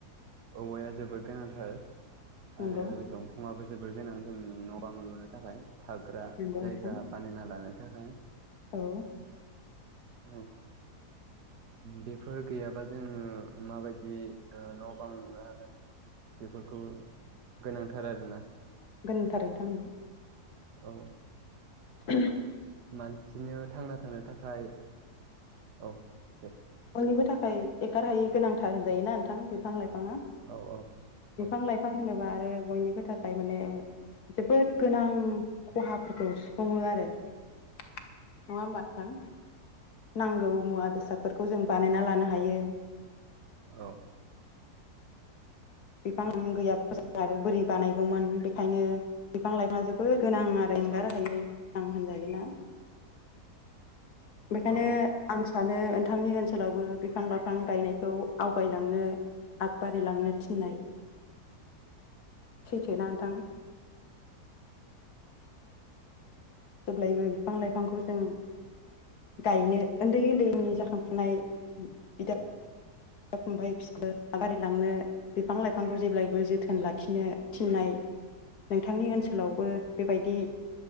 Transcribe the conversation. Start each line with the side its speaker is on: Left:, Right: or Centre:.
Right: औवाया जोबोद गोनांथार।
Left: नंगौ
Right: आरो दंफाङाबो जोबोर गोनां जोंनि न' बां लुनो थाखाय। थाग्रा
Left: नंगौ
Right: जायगा
Left: नोंथां
Right: बानायना लानो थाखाय।
Left: औ
Right: औ बेफोर गैयाबा जोङो माबायदि न' बां लुनो हागोन बेफोरखौ गोनांथार आरोना
Left: गोनांथार नोंथां ओ
Right: औ
Left: <inaudible>
Right: मानसिनो थांना थानो थाखाय औ दे
Left: बयनिबो थाखाय एगारहायै गोनांथार होनजायो ना नोंथां बिफां लाइफां फाङा
Right: औ
Left: बिफां
Right: औ
Left: लाइफां होनोबा आरो बयनिबो थाखाय माने जोबोद गोनां खहाफोरखौ सु फुङो आरो नंङा होमबा नोंथां नांगौ मुवा बेसाद फोरखौ जों बानायना लानो हायो।
Right: औ।
Left: बिफां गैयाबा जो आरो बोरै बानायगौमोन बेखायनो बिफां-लाइफांआ जोबोद गोनां आरो एंगार
Right: औ
Left: हायै गोनां होनजायोना? बेखायनो
Right: औ औ
Left: आं सानो नोंथांनि ओनसोलावबो बिफां-लाइफां गायनायखौ आवगायलांनो आगबारिलांनो थिननाय सैथोना नोंथां? जेब्लायबो बिफां लाइफांखौ जों गायनो ओन्दै-ओन्दैनि जाखांफुनाय बिदा दा फंबाय <unintelligible> बारिलांनो बिफां-लाइफांखौ जेब्लायबो जोथोन लाखिनो थिननाय नोंथांनि ओनसोलावबो बेबायदि